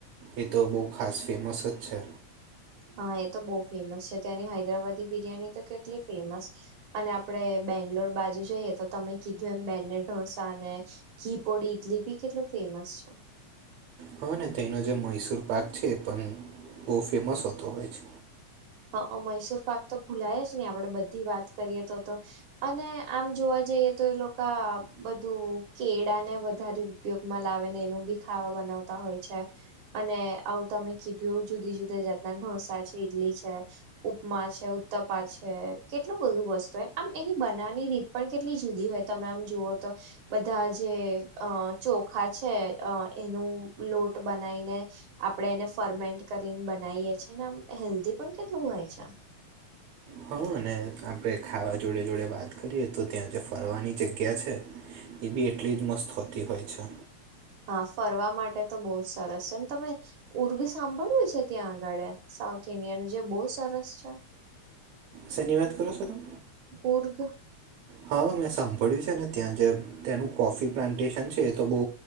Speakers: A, on the right; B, on the right.
A: એ તો બહુ ખાસ ફેમસ જ છે
B: હા એ તો બહુ ફેમસ છે તંની હૈદરાબાદી બિરિયાની તો કેટલી ફેમસ અને આપણે બેંગ્લોર બાજુ જઈએ તો તમે કીધું એમ બેને ઢોસા ને ઘી પોડી ઇડલી બી કેટલું ફેમસ છે
A: હ તેનો જે મૈસુર પાક છે એ પણ બહુ ફેમસ હોતો હોય છે
B: હા મૈસુર પાક તો ભૂલાય જ નહી આપડે બધી વાત કરીએ તો તો અને આમ જોવા જઈએ તો એ લોકા બધું કેળા ને વધારયુ ઉપયોગમાં લાવે ને એનું બી ખાવા બનાવતા હોય છે અને આવું તમે કીધું એવું જુદી જુદી જાતના ઢોસા છે ઈડલી છે ઉપમા છે ઉત્તપા છે કેટલું બધું વસ્તુ આમ એની બનાવની રીત પણ કેટલી જુદી હોય તમે આમ જુઓ તો બધા જે અ ચોખા છે અ એનું લોટ બનાવીને આપણે એને ફર્મેન્ટ કરીને બનાવીએ ને હેલ્ધી પણ કેટલું હોય છે
A: હ અને આપણે ખાવા જોડે જોડે વાત કરીએ તો ત્યાં જે ફરવાની જગ્યા છે એ બી એટલી જ મસ્ત હોતી હોય છે
B: હા ફરવા માટે તો બહુ જ સરસ છે ને તમે ઉર્ગ સાંભળ્યું છે ત્યાં આગળ સાઉથ ઇન્ડિયાન જે બહુ સરસ છે
A: સેની વાત કરો છો તમે
B: ઉર્ગ
A: હા મેં સાંભળ્યું છે ને ત્યાં જે ત્યાંનું કોફી પ્લાન્ટેશન છે એ તો બહુ